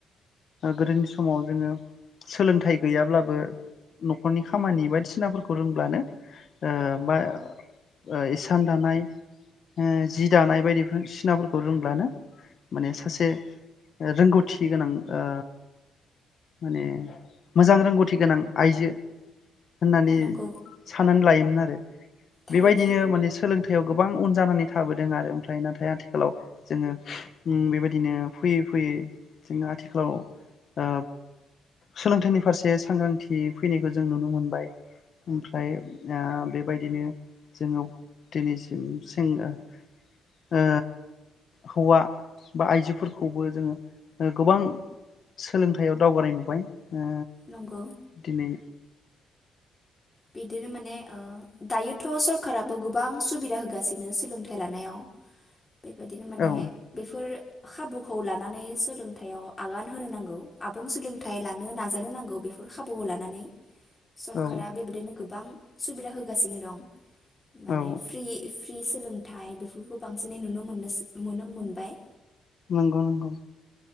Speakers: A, on the left; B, on the left.
A: गोदोनि समाव जोङो सोलोंथाइ गैयाब्लाबो न'खरनि खामानि बायदिसिनाफोरखौ रोंब्लानो ओ बा ओ इसान दानाय ओ जि दानाय बायदिफोर सिनाफोरखौ रोंब्लानो माने सासे रोंगौथि गोनां ओ माने मोजां रोंगौथि गोनां आइजो होननानै
B: नंगौ
A: साननानै लायोमोन आरो
B: थारैनो
A: बेबायदिनो माने सोलोंथायाइयाव गोब गोबां उन जानानै थाबोदों आरो ओमफ्राय नाथाय आथिख खालाव जोङो उम बेबायदिनो फैयै फैयै जों आथिखालाव ओ सोलोंथाइनि फारसे सांग्रांथि फैनायखौ जों नुनो मोनबाय ओमफ्राय ओ बेबायद दिनो जोंनाव दिनैसिम सेंगा ओ हौवा बा आइजोफोरखौबो जोङो ओ गोबां सोलोंथायाइयाव दावगानाय नुबाय। ओ
B: नंगौ
A: दिनै
B: बिदिनो माने <unintelligible> दायो थ' सरकाबो गुबां सुबिदा होगासिनो सोलोंथायाइ लानायाव। बेबायदिनो माने
A: औ
B: बेफोर खाबुखौ लानानै सोलोंथायाइयाव आगान होनो नांगौ आबुं सोलोंथाइ लानो नाजानो नांगौ बेफोर खाबुखौ लानानै। सरखारा
A: औ
B: गोबां सुबिदा होगासिनो दं। माने
A: औ
B: फ्रि फ्रि फ्रि सोलोंथाइ बेफोरखौ बांसिनै नुनो मोनसै मोनो मोनबाय
A: नंगौ नंगौ